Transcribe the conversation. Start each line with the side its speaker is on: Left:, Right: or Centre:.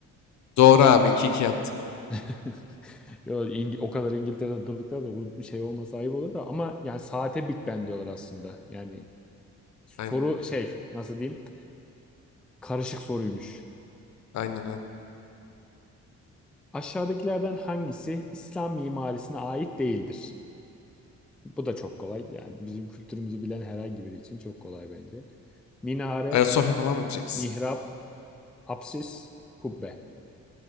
Left: Doğru abi 2-2 yaptın.
Centre: <laughs> Yo, İngi- o kadar İngiltere'de durduklar da bu bir şey olmasa ayıp olur da ama yani saate Big Ben diyorlar aslında. Yani soru
Left: Aynen
Centre: şey nasıl diyeyim karışık soruymuş.
Left: aynen aynen.
Centre: Aşağıdakilerden hangisi İslam mimarisine ait değildir? Bu da çok kolay. Yani bizim kültürümüzü bilen herhangi biri için çok kolay bence. Minare,
Left: Ayasofya falan mı diyeceksin?
Centre: mihrap, apsis, kubbe.